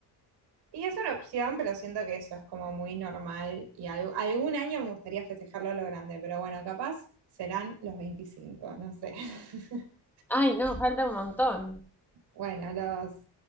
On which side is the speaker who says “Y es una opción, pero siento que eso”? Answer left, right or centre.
Right